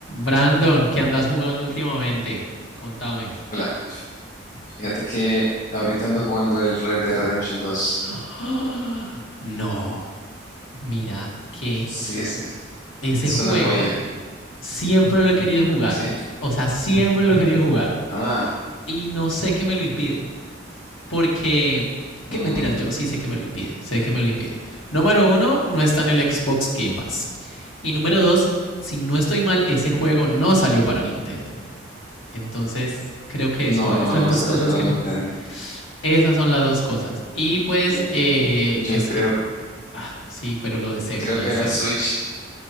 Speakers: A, on the left (about 85°); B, on the left (about 40°).
A: Brandon, ¿qué andas jugando últimamente? Contame.
B: Hola, fíjate que ahorita ando jugando el Red Dead Redemption 2.
A: <gasps> ¡Oh! No. Mira que
B: Sí, es, es,
A: ese
B: es
A: juego
B: una joya,
A: siempre lo he querido jugar.
B: ¿sí?
A: O sea, siempre lo he querido jugar.
B: Ah,
A: Y no sé qué me lo impide. Porque...
B: mm,
A: ¿Qué? Mentiras, yo sí sé que me lo impide. Sé que me lo impide. Número uno, no está en el Xbox Game Pass. Y número dos, si no estoy mal, ese juego no salió para Nintendo. Entonces, creo que
B: no,
A: eso es
B: no,
A: las
B: no
A: dos
B: salió
A: cosas
B: para
A: que
B: Nintendo.
A: me, Esas son las dos cosas. Y pues
B: Sí.
A: eh,
B: Yo
A: es
B: creo,
A: que, ah, sí, pero lo deseo,
B: creo
A: lo
B: que
A: deseo.
B: la Switch,